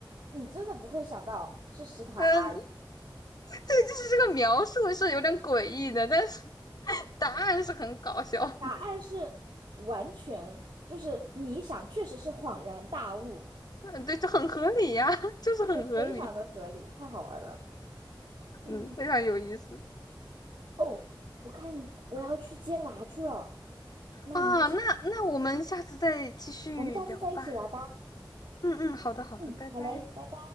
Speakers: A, on the right (about 70°); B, on the left (about 50°).
A: 你真的不会想到是食堂阿姨。
B: 嗯，这就是这个描述是有点诡异的，但是 <laughs> 答案是很搞笑。
A: 答案是完全，
B: <laughs>
A: 就是你一想，确实是恍然大悟，
B: 嗯，对，就很合理呀、<laughs> 啊就是很合理。
A: 对，非常的合理，太好玩了。嗯，
B: 嗯，非常有意思
A: 哦，我看我要去接娃去了，那我们就下，
B: 啊。那那我们下次再继续聊吧。
A: 我们下次再一起玩吧。
B: 嗯嗯，好的好的，
A: 嗯，
B: 拜拜。
A: 好嘞，拜拜。